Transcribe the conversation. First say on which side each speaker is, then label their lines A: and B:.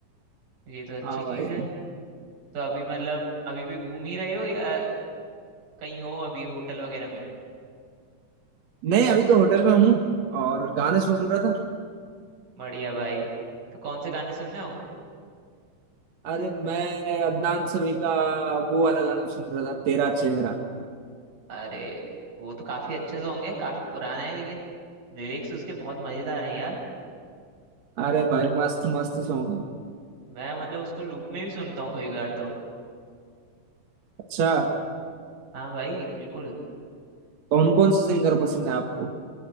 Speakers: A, on the right (about 85°); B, on the right (about 60°).
A: ये तो अच्छी
B: हाँ
A: चीज़
B: भाई
A: है तो अभी मतलब अभी भी घूम ही रहे हो या कहीं हो अभी होटल वगैरह में
B: नहीं अभी तो होटल में हूँ और गाने सुन रहा था
A: बढ़िया भाई तो कौन से गाने सुन रहे हो
B: अरे मैं अदनान समी का वो वाला गाना सुन रहा था तेरा चेहरा
A: अरे वो तो काफ़ी अच्छे से होंगे काफ़ी पुराना है लेकिन लिरिक्स उसके बहुत मज़ेदार हैं यार
B: अरे भाई मस्त मस्त सॉन्ग
A: मैं मतलब उसको लूप में भी सुनता हूँ कई बार तो
B: अच्छा
A: हाँ भाई बिल्कुल
B: कौन कौन से सिंगर पसंद है आपको